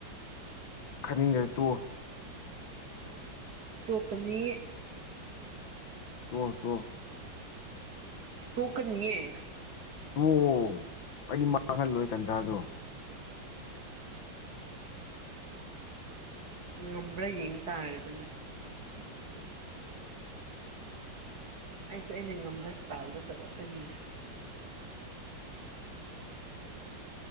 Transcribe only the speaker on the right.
ꯇꯣꯛꯀꯅꯤ
ꯇꯣꯛꯀꯅꯤꯌꯦ
ꯉꯝꯕ꯭ꯔꯥ ꯌꯦꯡ ꯇꯥꯔꯦ ꯑꯗꯨꯅ ꯑꯩꯁꯨ ꯑꯩꯅ ꯉꯝꯕ ꯁ꯭ꯇꯥꯥꯏꯜꯗꯣ ꯇꯧꯔꯛꯀꯅꯤꯗ